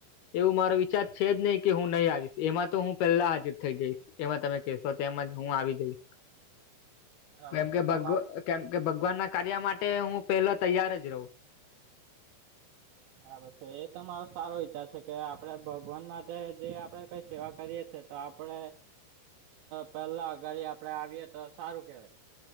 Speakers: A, on the left (about 70°); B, on the right (about 70°).
A: એવું મારો વિચાર છે જ નહી કે હું નહી આવીશ એમાં તો હું પેલા હાજર થઇ જઈશ એમાં તમે કશો તોમજ હું આવી જઈશ
B: <inaudible>
A: કેમકે
B: છે
A: ભગ
B: તમાર
A: કેમ કે ભગવાન ના કાર્ય માટે હું પેલા તૈયાર જ રહું
B: બરાબર છે એ તો મારો સારો વિચાર છે કે આપણે ભગવાન માટે જે આપડે કઈ સેવા કરીએ છેએ તો આપ આપડે પેલા ગાડી આપડે આવીએ તો સારું કેવાય